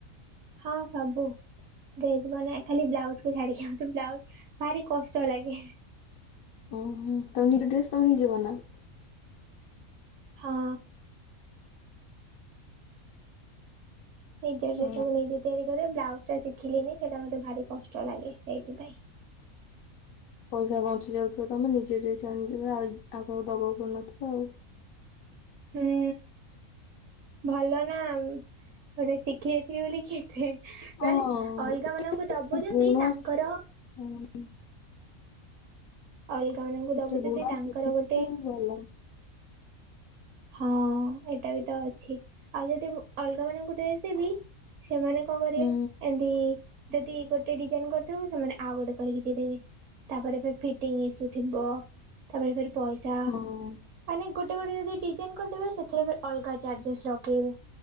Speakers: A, on the right (about 65°); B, on the left (about 80°).
A: ହଁ ସବୁ ଡ୍ରେସ ମାନେ ଖାଲି ବ୍ଲାଉଜୁକୁ ଛାଢ଼ିକି ବ୍ଲାଉଜ୍ ଭାରି କଷ୍ଟ ଲାଗେ।
B: ଓ ହୋ ତମେ ନିଜ ଡ୍ରେସ ତମେ ନିଜେ ବଞ୍ଚାଅ।
A: ହଁ। ନିଜ ଡ୍ରେସକୁୁ
B: ହଁ
A: ନିଜେ ତିଆରି କରେ ବ୍ଲାଉଜ ଟା ଶିଖିଲିଣିି। ସେଇଟା ମତେ ଭାରି କଷ୍ଟ ଲାଗେ ସେଇଥିପାଇଁ
B: ପଇସା ବଞ୍ଚି ଯାଉଥିବ ତମେ ନିଜେ ଡ୍ରେସ୍ ଆଣିକିନା ଆଉ କାଖାକୁ ଦବାକୁ ପଡୁନଥିବ ଆଉ।
A: ହୁଁ ଭଲ ନା ଗୋଟେ ଶିଖି ଯାଇଥିଲି ବୋଲି କିତେ
B: ହଁ।
A: ମାନେ ଅଲଗା ମାନଙ୍କୁ ଦବୁ ଯଦି
B: ଗୁଣ ହଁ
A: ତାଙ୍କର
B: <inaudible>
A: ଅଲଗା ମାନଙ୍କୁ
B: ଗୋଟେ
A: ଦବୁ
B: ଗୁଣ
A: ଯଦି ତାଙ୍କର
B: ଶିଖିଥିବା
A: ଗୋଟେ
B: ଭଲ।
A: ହଁ ଏଇଟା ବି ତ ଅଛି ଆଉ ଯଦି ଅଲଗା ମାନଙ୍କୁ ଡ୍ରେସ ଦେବି ସେମାନେ କଣ କରେ
B: ହୁଁ
A: ଏମତି ଯଦି ଗୋଟେ ଡିଜାଇନ କରିଥିବ ସେମାନେ ଆଉ ଗୋଟେ କରିକି ଦେଇଦବେ ତାପରେ ଫିଟିଙ୍ଗ ଇସୁ ଥିବ ତାପରେ ଫେରେ ପଇସା
B: ହଁ।
A: ମାନେ ଗୋ <unintelligible> ଡିଜାଇନ କରିଦେବେ ସେଥିରେ ଅଲଗା ଚାର୍ଜଜେସ ଲଗେଇବେ